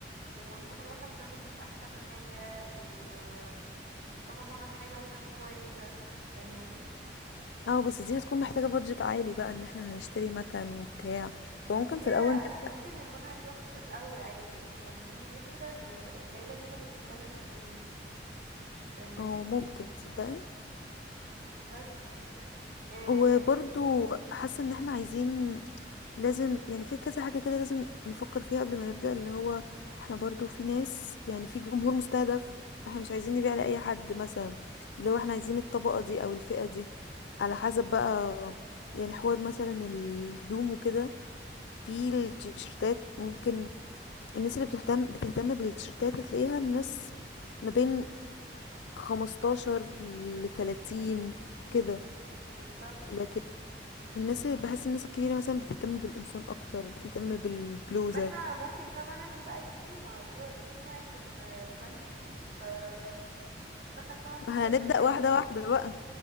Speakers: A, on the right; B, on the left.
A: والمكنه مثلا بتاعته مش احسن حاجه ال... مش بتطلع فاهمه حاجه مثلا كويسه فاهماني
B: اه بس دي هتكون محتاجة بادجت عالي بقى ان احنا هنشتري مكن وبتاع فممكن
A: هي
B: في الاول نبدأ
A: ممكن المكنة دي بس في الأول عادي يعني فاهماني غير كده يعني ناس قليلة جدا اللي بتستخدم المكنة دي فاهماني
B: اه ممكن تصدقي
A: بس إيه
B: وبرضو حاسة ان احنا عايزين لازم يعني في كذا حاجة كده لازم نفكر فيها قبل ما نبدأ اللي هو احنا برضو في ناس يعني في جمهور مستهدف احنا مش عايزين نبيع لأي حد مثلا اللي
A: مم،
B: هو احنا عايزين الطبقة دي او الفئة دي على حسب بقى يعني حوار مثلا الهدوم وكده في التيشيرتات ممكن الناس اللي بتهتم بتهتم بالتيشيرتات هتلاقيها الناس ما بين 15 ل 30 كده
A: بالظبط
B: لكن الناس اللي- بحس الناس الكبيرة مثلا بتهتم بالقمصان أكتر بتهتم بالبلوزة
A: ما احنا ممكن طبعا نعمل بقى الاتنين ما هو كده كده هو هيكون آه، براند كبير فندخل طبعا فيه
B: ما
A: كل
B: هنبدأ
A: حاجة
B: واحدة واحدة بقى